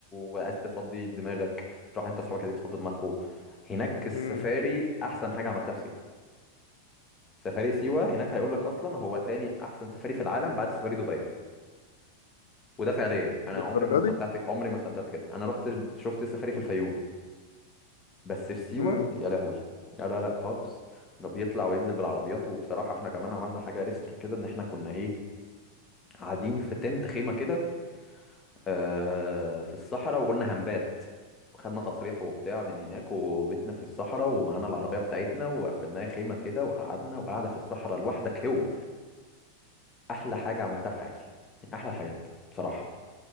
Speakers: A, on the left; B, on the left.
A: وعايز تفضي دماغك تروح انت واصحابك عايزين تفضي دماغكوا هناك السفاري
B: امم
A: احسن حاجه عملتها في سيوه سفاري سيوه هناك هيقول لك اصلا هو تاني احسن سفاري في العالم بعد سفاري دبي وده فعليا
B: للدرجه
A: انا عمري ما استمتعت
B: دي
A: عمري ما استمتعت كده انا رحت شفت السفاري في الفيوم بس في سيوه
B: امم
A: يا لهوي لا لا لا خالص ده بيطلع وينزل بالعربيات وبصراحه احنا كمان عملنا حاجه اكسترا كده ان احنا كنا ايه قاعدين في تنت خيمه كده آه، في الصحراء وقلنا هنبات خدنا تصريح وبتاع من هناك وبيتنا في الصحراء ومعانا العربية بتاعتنا وقفلناها خيمة كده وقعدنا وقاعدة في الصحراء لوحدك هو أحلى حاجة عملتها في حياتي من أحلى الحاجات بصراحة